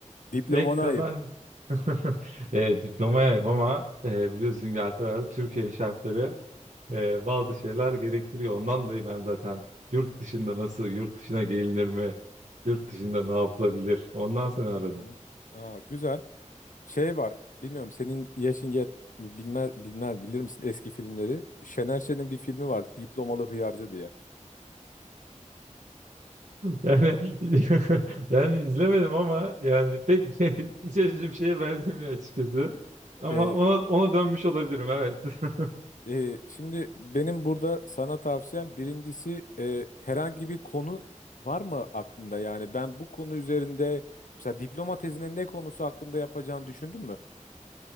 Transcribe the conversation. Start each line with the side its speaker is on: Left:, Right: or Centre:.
Left: diplomana
Right: ek kazanç.
Left: ayıp.
Right: <laughs> e, diplomaya ama e, biliyorsun ki Alper abi Türkiye şartları e, bazı şeyler gerektiriyor. Ondan dolayı ben zaten yurt dışında nasıl, yurt dışına gelinir mi, yurt dışında ne yapılabilir ondan sonra aradım.
Left: Hı hı. Aa, güzel. Şey var. Bilmiyorum senin yaşın yet bilmez bilmez bilir misin eski filmleri? Şener Şen'in bir filmi vardı. Diplomalı Hıyarcı diye.
Right: Yani <laughs> yani izlemedim ama yani pek <laughs> iç açıcı bir şeye benzemiyor açıkçası. Ama
Left: E,
Right: ona ona dönmüş olabilirim evet. <laughs>
Left: Ee, şimdi benim burada sana tavsiyem birincisi e, herhangi bir konu var mı aklında? Yani ben bu konu üzerinde mesela diploma tezinin ne konusu hakkında yapacağını düşündün mü?